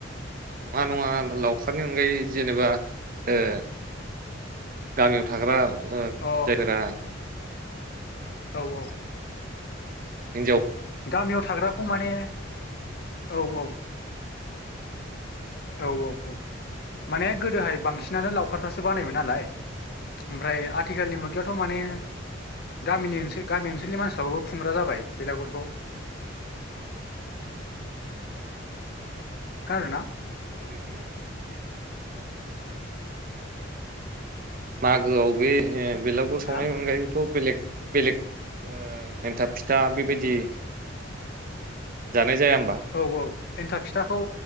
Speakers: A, on the right; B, on the left.
A: नङा नङा लावखारनि अनगायै जेनेबा ओ गामियाव थाग्रा ओ जायफोरा
B: अ औ औ
A: हिनजाव
B: गामियाव थाग्राखौ माने औ औ। औ औ औ। माने गोदोहाय बांसिनानो लावखारफ्रासो बानायोमोन नालाय ओमफ्राय आथिखालनि मुगायाव थ' माने गामिनि ओसोल गामि ओनसोलनि मानसिफ्रो खुंग्रा जाबाय बेलागुरखौ खोनादोंना
A: ओरैनो ओ हो बागोआव बे बेलागुर सावनायनि
B: हा
A: अनगायैबोथ' बेलेग बेलेग ओ एन्थाब फिथा बेबायदि जानाय जाया होमबा?
B: औ औ एन्थाब फिथाखौ